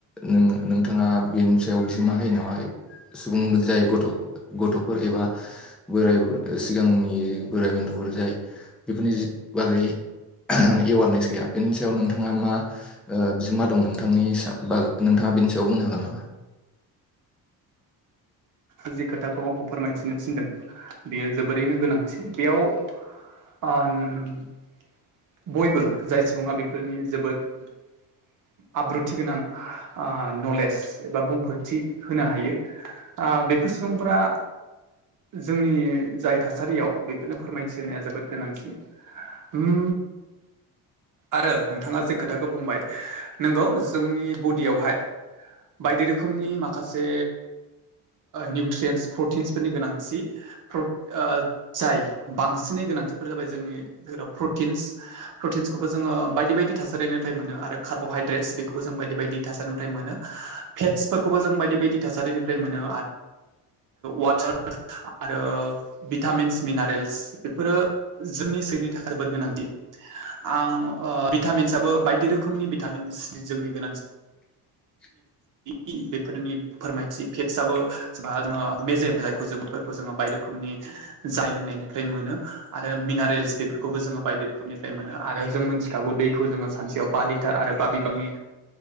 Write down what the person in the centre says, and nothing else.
नों नोंथाङा बेनि सायाव बिहोमा होयो नालाय सुबुं जाय गथ' गथ'फोर एबा बोराय सिगांनि बोराइ बेन्थ'फोर जाय जि बागै आह् राएवारनेस गैया बेनि सायाव नोंथाङा मा बिहोमा दं नोंथांनि बा नोंथाङा बेनि सायाव बुंनो हागोन नामा?
<inaudible>